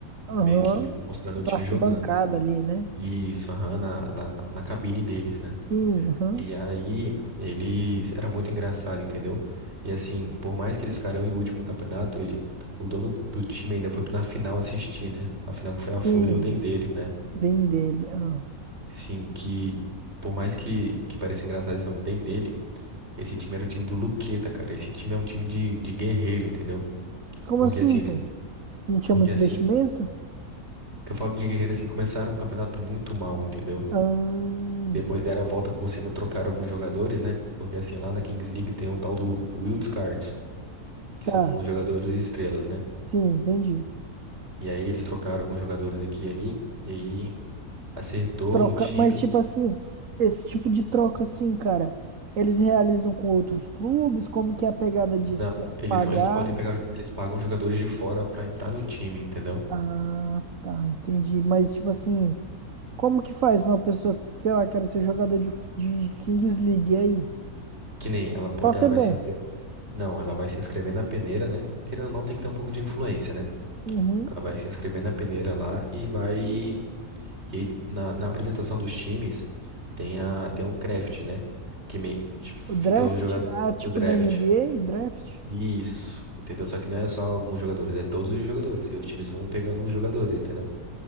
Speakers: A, on the right; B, on the right.
A: Aham.
B: É Meio que mostrando
A: Da
B: o time
A: arquibancada
B: jogando.
A: ali, né?
B: Isso, aham, na, na, na cabine deles, né?
A: Sim, aham.
B: E aí, eles... Era muito engraçado, entendeu? E assim, por mais que eles ficaram em último no campeonato, ele... O dono do time ainda foi na final assistir, né? A final que foi
A: Sim,
B: a Fúria e o Dendê, né?
A: bem dele. ah.
B: Sim, que por mais que, que pareça engraçado esse nome bem dele, esse time era o time do Luqueta, cara. Esse time é um time de, de guerreiro, entendeu?
A: Como
B: Porque
A: assim,
B: assim, ele-
A: pô? Não tinha
B: porque
A: muito
B: assim,
A: investimento?
B: que eu falo de guerreiro assim, começaram um campeonato muito mal, entendeu?
A: Ah,
B: Depois deram a volta por cima, trocaram alguns jogadores, né? Porque assim, lá na Kings League tem o tal do Wildcard, que
A: tá.
B: são os jogadores estrelas, né?
A: Sim, entendi.
B: E aí eles trocaram alguns jogadores aqui e ali, e aí acertou
A: Troca,
B: no time.
A: mas tipo assim, esse tipo de troca assim, cara, eles realizam com outros clubes? Como que é a pegada disso?
B: Não,
A: Tem que
B: eles,
A: pagar?
B: são- eles podem pegar, eles pagam jogadores de fora pra entrar no time, entendeu?
A: Ah, tá, entendi. Mas tipo assim. Como que faz pra uma pessoa, que, sei lá, quero ser jogador de, fu- de Kings League, e aí?
B: Que nem ela, po-
A: Só
B: ela
A: ser
B: vai
A: bom.
B: se inscrever. Não, ela vai se inscrever na peneira, né? Querendo ou não, tem que ter um pouco de influência, né?
A: Uhum.
B: Ela vai se inscrever na peneira lá e vai. E aí, na, na apresentação dos times, tem, a, tem o craft, né? Que me, fica
A: O draft,
B: o jogador.
A: ah, tipo
B: O draft.
A: da NBA, draft.
B: Isso, entendeu? Só que não é só alguns jogadores, é todos os jogadores. E os times vão pegando os jogadores, entendeu?